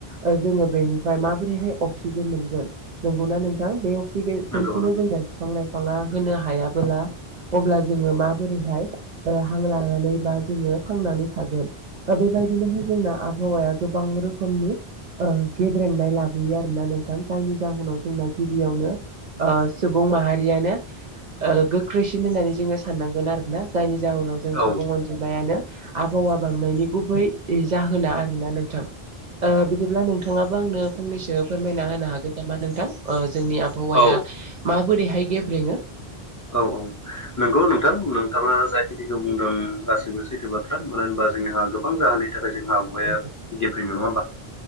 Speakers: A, on the right; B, on the left.
A: ओ जोङो बेनिफ्राय माबोरैहाय अक्सिजेन मोनगोन नोंगौना। नोंथां बे अक्सिगे
B: नंगौ
A: जेनखौनो
B: नंगौ
A: जोंनो बिफां लाइफाङा होनो हायाबोला। अब्ला जोङो माबोरैहाय ओ हां लानानै बा जोङो थांनानै थागोन। ओ बेबायदिनोहाय जोंना आबहावाया गोबां रोखोमनि ओ गेब्रेंनाय लाबोयो आरोना नोंथां जायनि जाहोनाव जोंना गिबियावनो ओ सुबुं माहारियानो ओ गोख्रैसिन होननानै जोङो साननांगोन आरोना जायनि जाहोनाव जों
B: औ
A: सुबुं
B: उम
A: अनजिमायानो आबहावा बांनायनि गुबै जाहोना। नोंना नोंथां ओ बिदिब्ला नोंथाङाबो आंनो फंनैसो फोरमायना होनो हागोन नामा नोंथां ओ जोंनि आबहावाया
B: औ
A: माबोरैहाय गेब्रेङो।
B: औ औ नंगौ नोंथां नोंथाङा जाखिनिखौ बुंदों गासिबो सैथो बाथ्रा मानो होनबा जोंहा गोबां जाहोननि थाखाय जोंहा आबवाया
A: औ
B: गेब्रेङो नङा होमबा